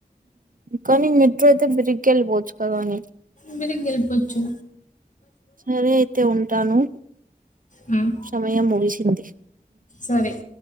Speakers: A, on the right (about 65°); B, on the left (about 55°).
A: కానీ మెట్రో అయితే ఫీరిగ్ ఎలిపోచ్చు కాదనే
B: మీరిగెల్ పోచ్చు
A: సరే అయితే ఉంటాను
B: హ్మ్.
A: సమయం ముగిసింది
B: సరే.